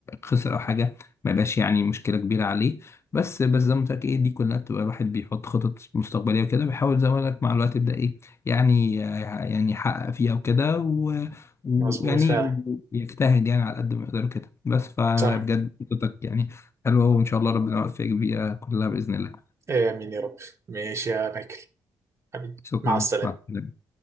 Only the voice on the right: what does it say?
مظبوط فعلا
صح
آمين يا رب ماشي يا مايكل حبيبي
مع السلامة